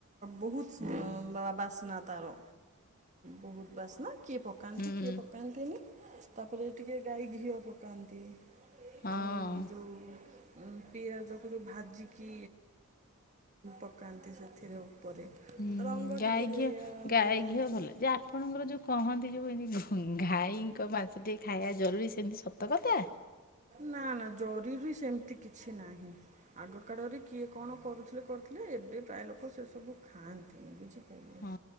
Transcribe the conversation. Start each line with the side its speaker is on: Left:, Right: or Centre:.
Right: ବହୁତ ବାସନା! ତାର ବହୁତ ବାସନା! କିଏ ପକାନ୍ତି?
Left: ହୁଁ
Right: କିଏ ପକାନ୍ତିନି ତାପରେ ଟିକେ ଗାଈ ଘିଅ ପକାନ୍ତି।
Left: ହଁ
Right: ଆଉ ଯୋଉ ପିଆଜ ଭାଜିକି ପକାନ୍ତି ସେଥିରେ ଉପରେ
Left: ହୁଁ
Right: ରଙ୍ଗ
Left: ଗାଈ
Right: ଟିକେ ଦେଇ
Left: ଘିଅ ଗାଈ
Right: ପକାନ୍ତି
Left: ଘିଅ ଭଲ ଯା ଆପଣଙ୍କର ଯୋଉ କହନ୍ତି ଯୋଉ ଏମତି ଗାଈଙ୍କ ମାଂସ ଟିିକେ ଖାଇବା ଜରୁରୀ ସେମିତି ସତ କଥା।
Right: ନା ନା ଜରୁରୀ ସେମିତି କିଛି ନାହିଁ ଆଗ କାଳରେ କିଏ କଣ କରୁଥିଲେ କ ଏବେ ପ୍ରାୟ ଲୋକ ସେ ସବୁ ଖାଆନ୍ତିନି ବୁଝିପାରିଲେ
Left: ହଁ